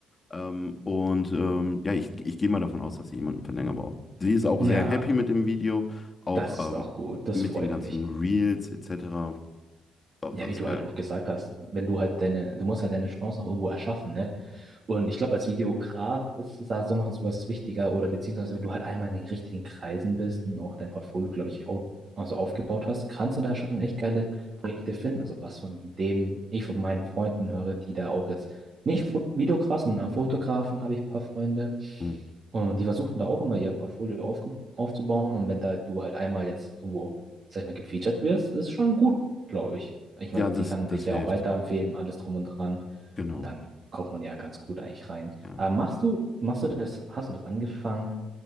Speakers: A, on the left; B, on the right.
A: Ähm, und ähm, ja, ich, ich gehe mal davon aus, dass sie jemanden für länger braucht. Sie ist auch
B: Ja,
A: sehr happy mit dem Video, auch
B: das ist doch
A: ähm,
B: gut. Das
A: mit
B: freut
A: den ganzen
B: mich.
A: Reels etc. Doch,
B: Ja,
A: das
B: wie
A: ist
B: du
A: geil.
B: halt auch gesagt hast, wenn du halt deine, du musst halt deine Chance noch irgendwo erschaffen, ne? Und ich glaube, als Videograf ist es da so mal sowas wichtiger oder beziehungsweise wenn du halt einmal in den richtigen Kreisen bist und auch dein Portfolio, glaube ich, au- also aufgebaut hast, kannst du da schon echt geile Projekte finden. Also was von dem ich von meinen Freunden höre, die da auch jetzt nicht Fot Videograf, sondern Fotografen habe ich ein paar Freunde.
A: Mhm.
B: Und die versuchen da auch immer ihr Portfolio aufge aufzubauen. Und wenn da du halt einmal jetzt irgendwo, sag ich mal, gefeatured wirst, ist schon gut glaube ich. Ich
A: Ja,
B: meine,
A: das,
B: sie kann
A: das
B: dich ja
A: hilft.
B: auch weiterempfehlen, alles drum und dran.
A: Genau.
B: Und dann kommt man ja ganz gut eigentlich rein.
A: Ja.
B: Aber machst du, machst du das, hast du das angefangen?